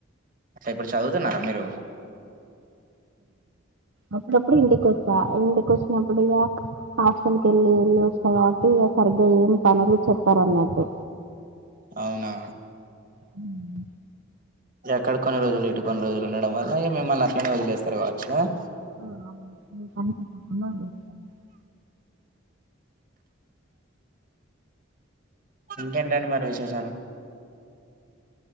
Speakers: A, on the right; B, on the right.
A: అంటే ఇప్పుడు చదువుతున్నారా మీరు.
B: అప్పుడప్పుడు ఇంటికి ఇంటికి వచ్చినప్పుడిక హాస్టల్ కి వెళ్ళి వెళ్ళి వస్తా కాబట్టి ఇక సరిగ్గా ఏం పనులు చెప్పారు అన్నట్టు.
A: అవునా.
B: ఉమ్
A: ఎక్కడ కొన్ని రోజులు ఇటు కొన్ని రోజులు ఉండడం వల్ల ఇగ మిమ్మల్ని అట్లనే వదిలేస్తారు కావచ్చు ఆహ్
B: ఆహ్ నీ పని చెప్పకుండా కూడా వస్తది.
A: ఇంకేంటండి మరి విశేషాలు.